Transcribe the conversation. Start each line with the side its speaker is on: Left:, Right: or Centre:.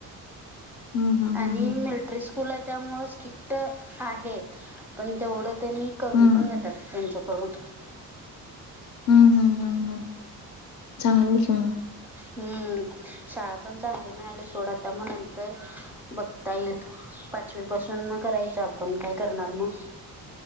Left: हम्म हम्म
Centre: आणि
Left: हम्म
Centre: मिलिट्री स्कूल आहे त्यामुळं स्ट्रिक्ट आहे. पण तेवढं त्यांनी करून
Left: हम्म
Centre: पण त्यात त्यांच्याकडून.
Left: हम्म हम्म हम्म चांगली आहे शाळा.
Centre: हम्म. शाळा पण चांगली मिळाली सोड आत्ता मग नंतर बघता येईल. पाचवी पासून मग करायचं आपण काय करणार मग.